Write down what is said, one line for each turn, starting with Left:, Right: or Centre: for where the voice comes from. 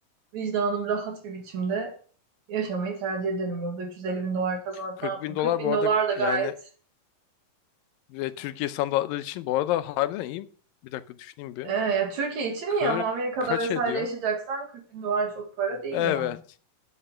Right: vicdanım rahat bir biçimde yaşamayı tercih ederim. Yılda 350 bin dolar kazanıp
Left: 40
Right: ne yapayım?
Left: bin dolar
Right: 40 bin
Left: bu arada
Right: dolar da gayet
Left: yani ve Türkiye standartları için bu arada harbiden iyi. Bir dakika düşüneyim bir.
Right: e, ya Türkiye için
Left: 40
Right: iyi ama Amerika'da
Left: kaç
Right: vesaire
Left: ediyor?
Right: yaşayacaksan 40 bin dolar çok para değil
Left: Evet.
Right: yani.